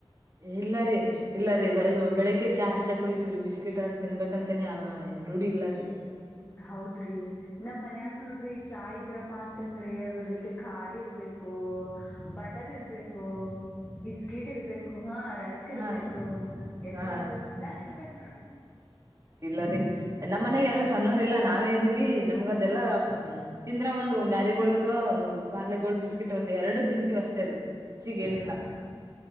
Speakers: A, on the right; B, on the left.
A: ಇಲ್ಲಾರಿ ಇಲ್ಲಾರಿ ಬರ ಬೆಳಿಗ್ಗೆ ಚಾ ಅಷ್ಟ ಕುಳಿತೀವ್ರೀ ಬಿಸ್ಕಿಟ್ ಅಂತ ತಿನ್ಬೇಕಂತನಿ ಆ ರೂಢಿ ಇಲ್ಲಾರಿ
B: ಹೌದ್ರಿ ನಮ್ ಮನ್ಯಾಗ ನೋಡ್ರಿ ಚಾ ಇದ್ರಪ್ಪ ಪ್ಪಾ ಅಂತಂದ್ರೆ ಅದ್ರ ಜೊತೆ ಖಾರಿ ಇರ್ಬೇಕು ಬಟರ್ ಇರ್ಬೇಕು ಬಿಸ್ಕಿಟ್ ಇರ್ಬೇಕು ಹಾ ರಸ್ಕ್ ಇರ್ಬೇಕು
A: ಹಾ ರೀ
B: ಎಲ್ಲಾನು
A: ಹಾ
B: ಇರ್ಬೇಕು ನೋಡ್ರಿ
A: ಇಲ್ಲ ರೀ ನಮ್ ಮನ್ಯಾಗ ಯಾರೋ ಸಣ್ಣೋರ್ ಇಲ್ಲ ನಾವೇ ಇದೀವಿ ನಮ್ಗ ಅದೆಲ್ಲ ತಿಂದ್ರ ಒಂದು ಮ್ಯಾರಿ ಗೋಲ್ಡ್ ಅಥವಾ ಒಂದು ಪಾರ್ಲೆ ಗೋಲ್ಡ್ ಬಿಸ್ಕಿಟ್ ಒಂದು ಎರಡು ತಿಂತೀವಿ ಅಷ್ಟ ರೀ ಹೆಚ್ಚಿಗ್ ಏನಿಲ್ಲ
B: ಹಾ